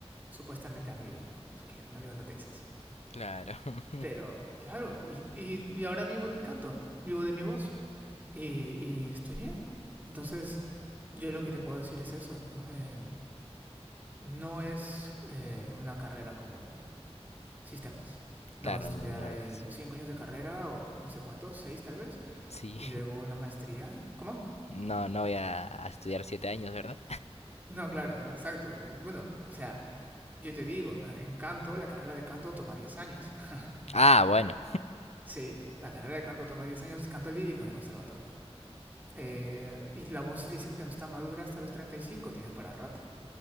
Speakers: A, on the right (about 15°); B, on the left (about 75°).
A: Supuestamente amigos, ¿no? Es que un amigo no te dice eso.
B: claro, <laughs>
A: Pero, claro, y, y, y ahora vivo del canto, vivo de mi voz. Y, y estoy bien. Entonces, Yo lo que te puedo decir es eso, ¿no? Eh, no es eh, una carrera como sistemas. No
B: claro,
A: vas a estudiar
B: no, no
A: eh,
B: lo es.
A: cinco años de carrera o no sé cuántos, seis tal vez,
B: Sí,
A: y luego una maestría. ¿Cómo?
B: no, no voy a a estudiar siete años, ¿verdad?
A: No, claro, no, exacto. Eh, Bueno, o sea, yo te digo, eh, en canto, la carrera de canto toma 10 años. <laughs>
B: Ah, bueno.
A: Sí, la carrera de canto toma 10 años, canto lírico en el conservatorio. Eh, y la voz dicen que no está madura hasta los 35. tienes para rato.